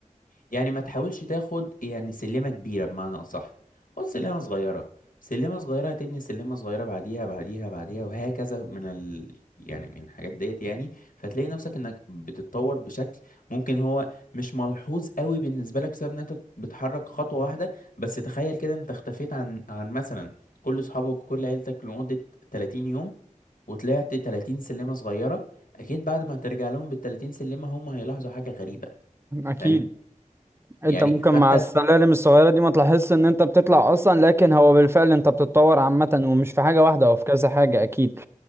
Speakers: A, on the left; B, on the right.
A: يعني ما تحاولش تاخد يعني سلمة كبيرة بمعنى أصح خد سلمة صغيرة سلمة صغيرة هتبني سلمة صغيرة بعديها بعديها بعديها وهكذا من ال... يعني من الحاجات ديت يعني فتلاقي نفسك انك بتتطور بشكل ممكن هو مش ملحوظ قوي بالنسبة لك بسبب ان انت بتحرك خطوة واحدة بس تخيل كده انت اختفيت عن عن مثلا كل اصحابك وكل عيلتك لمدة 30 يوم وطلعت 30 سلمة صغيرة اكيد بعد ما ترجع لهم بال 30 سلمة هم هيلاحظوا حاجة غريبة
B: اكيد
A: فاهم
B: انت
A: يعني
B: ممكن
A: حتى
B: مع السلالم الصغيره دي ما تلاحظش ان انت بتطلع اصلا لكن هو بالفعل انت بتتطور عامه ومش في حاجه واحده هو في كذا حاجه اكيد